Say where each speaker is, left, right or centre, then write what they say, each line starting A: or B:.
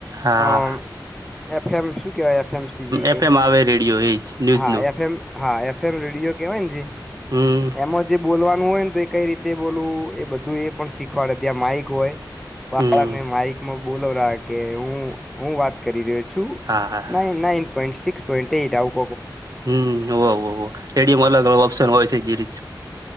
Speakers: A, on the right; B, in the centre.
A: હા
B: અમ એફ એમ શું કેવાય એફ એમ સજી છે,
A: એફ એમ આવે રેડિયો એજ ન્યૂઝનું
B: હા એફમ હા એ ફેમ <unintelligible> કેવાય જે
A: હમ્મ.
B: એમાં જે બોલવાનું હોય ને તો એ કઈ રીતે બોલવું એ બધું એ પણ શીખવાડે ત્યાં માઇક હોય. બાળકને
A: હમ
B: માઇકમાં બોલોવ <unintelligible> કે હું હું વાત કરી રહ્યો. શુ
A: હા હા
B: nine nine point six point out.
A: હમ <unintelligible> રેડિયોમાં અલગ અલગ ઓપ્શન હોય છે, <unintelligible>